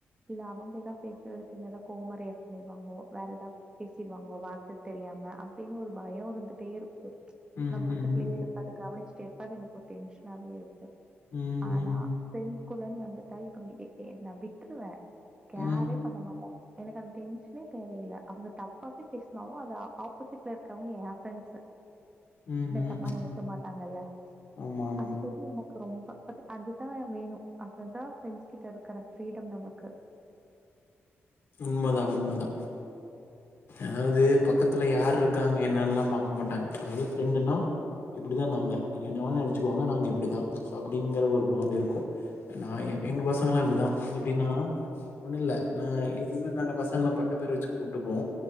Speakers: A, on the right; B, on the left.
A: இல்ல அவங்க எதா பேசறதுக்கு இவங்க எதா கோவமா ரியாக்ட் பண்ணிருவாங்களோ வேற எதா பேசிருவாங்களோ வார்த்த தெரியாம அப்டின்னு ஒரு பயோ இருந்துட்டே இருக்கோ
B: ம்ஹ்ம்.
A: நம் பக்கத்துலயே
B: ம்.
A: இருக்காரு கவனிச்சிட்டே இருப்பாரு எனக்கு ஒரு டென்ஷனாவே இருக்கு
B: ம்.
A: ஆனா ஃப்ரண்ட்ஸ் குள்ளன்னு வந்துட்டா இவங்க எ எ நா விட்டுருவ கேர்ரே
B: ம். ம்.
A: பண்ண மாட் ட எனக்கு அந்த டென்ஷனே தேவயில்ல அவங்க தப்பாவே பேசனாலு அது ஆ ஆப்போசிட்ல இருக்கவங்க என் ஃப்ரெண்ட்ஸு
B: ம்ஹ்ம்.
A: என்ன தப்பா நெனைக்க மாட்டாங்க இல்ல
B: ஆமாமா.
A: அந்த இது எனக் கு ரொம்ப அது அதுதா வேணு அததா ஃப்ரெண்ட்ஸ் கிட்ட இருக்கற ஃப்ரீடம் நமக்கு
B: உண்மதா உண்மதா அதாவது பக்கத்துல யாரு இருக்காங்க என்னான்னுல்லா பாக்க மாட்டாங்க அதாவது ஃப்ரெண்டுன்னா இப்டி தா நாங்க நீங்க என்ன வேணா நெனைச்சிக்கோங்க நாங்க இப்டிதா சோ அப்டிங்கிற ஒரு பாண்டு இருக்கும் நா
A: ம்
B: எ எங்க பசங்கல்லா அப்டிதா எப்டின்னா ஒண்ணுல்ல நா எ இன்னு நாங்க பசங்கள்லா பட்ட பேர் வெச்சி கூப்டுப்போ